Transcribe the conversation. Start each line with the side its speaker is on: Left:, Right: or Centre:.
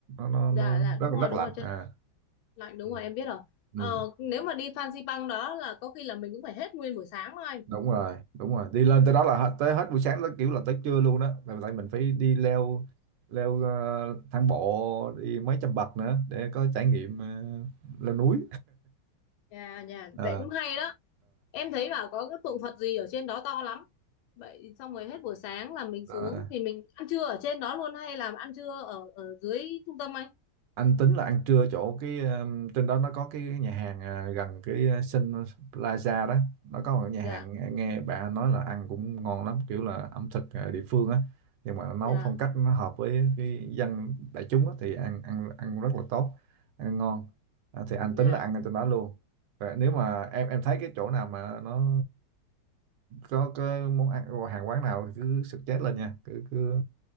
Right: nó,
Left: dạ
Right: nó
Left: dạ đúng
Right: rất là
Left: rồi
Right: rất
Left: đúng
Right: lạnh
Left: rồi trên
Right: à
Left: đó lạnh đúng
Right: ừ.
Left: rồi em biết rồi
Right: ừ,
Left: ờ, nếu mà đi Phan Xipang đó là có khi là mình cũng phải hết nguyên buổi sáng thôi
Right: đúng rồi đúng rồi đi lên tới đó là hết tới hết buổi sáng tới kiểu là tới trưa luôn đó tại tại mình phải đi leo leo ờ, thang bộ đi mấy trăm bậc nữa để có trải nghiệm ờ, leo núi
Left: nhà nhà
Right: <laughs> à,
Left: vậy cũng hay đó em thấy bảo có cái tượng Phật gì ở trên đó to lắm vậy xong rồi hết buổi sáng là mình xuống
Right: à,
Left: thì mình ăn trưa ở trên đó luôn hay là ăn trưa ở ở dưới trung tâm anh
Right: anh tính là ăn trưa chỗ cái um, trên đó nó có cái nhà hàng à, gần cái à, Sun Plaza đó nó có một nhà
Left: dạ
Right: hàng nghe nghe bạn nói là ăn cũng ngon lắm kiểu là ẩm thực à, địa phương á nhưng mà nó nấu
Left: dạ
Right: phong cách nó hợp với cái dân đại chúng á, thì ăn ăn ăn rất là tốt ăn ngon à, thì anh
Left: dạ
Right: tính là ăn ở trên đó luôn Và nếu mà em em thấy cái chỗ nào mà nó có cái món ăn hàng quán nào thì cứ suggest lên nha cứ cứ